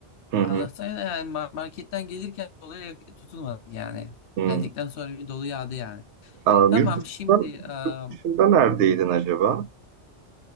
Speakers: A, on the right; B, on the left.
A: Hı hı.
B: Allah'tan yani ma- marketten gelirken doluya tutulmadık yani.
A: hı.
B: Geldikten sonra bir dolu yağdı yani.
A: Anladım.
B: Tamam
A: Yurt dışında,
B: şimdi eee,
A: dışında neredeydin acaba?